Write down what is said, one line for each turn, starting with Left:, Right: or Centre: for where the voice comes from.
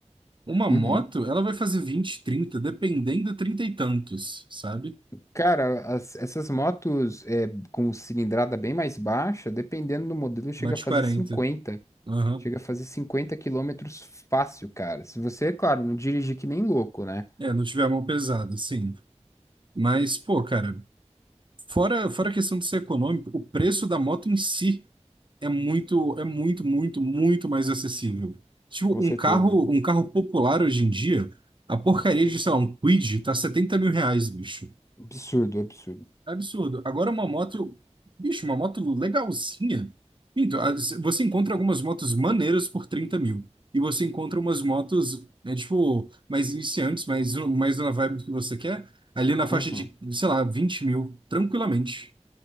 Right: Uma
Left: Uhum.
Right: moto, ela vai fazer 20, 30 dependendo, 30 e tantos, sabe?
Left: Cara, as- essas motos é, com cilindrada bem mais baixa, dependendo do modelo, chega
Right: Bate
Left: a fazer
Right: quarenta
Left: cinquenta
Right: Aham.
Left: Chega a fazer 50 quilômetros fácil, cara. Se você, é claro, não dirigir que nem louco, né?
Right: É, não tiver a mão pesada, sim. Mas, pô, cara, fora, fora a questão de ser econômico, o preço da moto em si é muito, é muito, muito, muito mais acessível. Tipo,
Left: Com
Right: um
Left: certeza.
Right: carro, um carro popular hoje em dia, a porcaria de, sei lá, um Kwid tá setenta mil reais, bicho.
Left: Absurdo, absurdo.
Right: Absurdo. Agora uma moto, bicho, uma moto legalzinha. Então, as- você encontra algumas motos maneiras por trinta mil. E você encontra umas motos, né, tipo, mais iniciantes, mais, mais na vibe que você quer, ali na faixa
Left: Uhum.
Right: de, sei lá, vinte mil, tranquilamente.